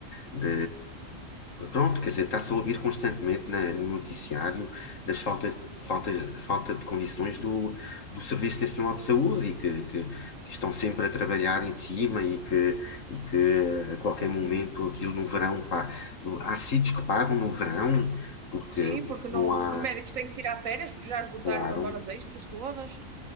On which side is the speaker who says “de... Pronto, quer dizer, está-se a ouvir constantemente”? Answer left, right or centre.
Left